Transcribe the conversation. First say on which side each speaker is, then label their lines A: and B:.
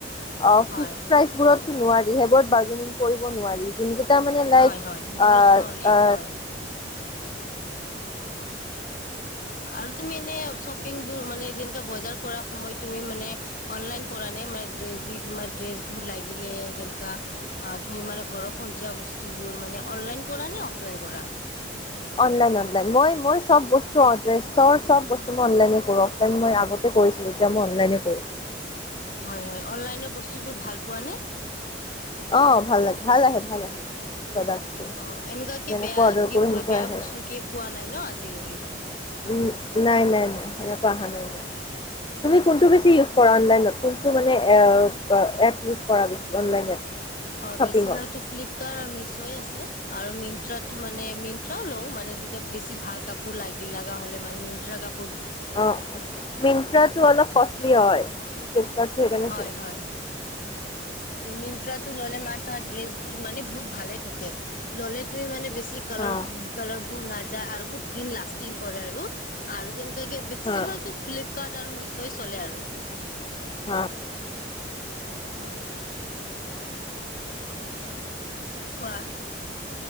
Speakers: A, on the left (about 25°); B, on the left (about 50°).
A: অ
B: হয়
A: ফিক্স
B: হয়।
A: প্ৰাইচবোৰতো নোৱাৰি সেইবোৰত বাৰ্গেনিং কৰিব নোৱাৰি যেনেকে, এটা মানে লাইক,
B: হয় হয় সেইবোৰত
A: অ
B: নোৱাৰি
A: অ
B: হয় আৰু তুমি এনে চপিংবোৰ মানে যেনকা বজাৰ কৰা সময়ত তুমি মানে অনলাইন কৰা নে, মেকড্ৰেজি, তোমাৰ দ্ৰেছবোৰ লাগিলে, যেনেকোৱা তুমি মানে ঘৰত সজোৱা বস্তুবোৰ মানে অনলাইন কৰা নে অফলাইন কৰা?
A: Online online. মই মই চব বস্তু ড্ৰেচৰ বস্তু মই অনলাইননে কৰো অফলাইন মই আগতে কৰিছিলো এতিয়া মই অনলাইনে কৰো
B: হয় হয়। অনলাইনৰ বস্তুবোৰ ভাল পোৱা নে?
A: অ ভাল লাগে, ভাল আহে ভাল আহে। প্ৰডাক্টছবোৰ
B: অ এনেকোৱা কি,
A: যেনেকুৱা
B: বেয়া
A: অৰ্ডাৰ
B: কি
A: কৰোঁ সেনেকুৱা
B: বেয়া
A: আহে
B: বস্তু কি পোৱা নাই ন? আজিলৈকে
A: উম নাই নাই নাই সেনেকোৱা অহা নাই মোৰ। তুমি কোনটো বেছি ইউজ কৰা অনলাইনত, কোনটো মানে এ এপ ইউজ কৰা বেছি অনলাইন?
B: অ
A: শ্বপিঙত
B: বেছিভাগতো ফ্লিপকাৰ্ট আৰু মিছয় আছে। আৰু মিন্ট্ৰা টো মানে মিন্ট্ৰাও লও, মানে যেতিয়া বেছি ভাল কাপোৰ লাগে লগা হলে, মানে মিট্ৰা কাপো
A: অঁ অ মিনট্ৰাটো অলপ কষ্টলি হয় ফ্লিপকাৰ্টটো সেইকাৰণে
B: হয়
A: আছে,
B: হয় মিন্ত্ৰাটো ললে মাৰ তাৰ ড্ৰেছ বোৰ মানে বহুত ভালে থাকে ললে তুমি মানে বে ছি কালাৰ
A: হা
B: কালাৰ বোৰ না যাই আৰু বহুত দিন লাষ্টিং কৰে আৰু, আৰু যেন বেক্সিমলটো
A: হা
B: ফ্লিপকাৰ্ট, আৰু মিচয় চলে আৰু।
A: অ।
B: হয়। কোৱা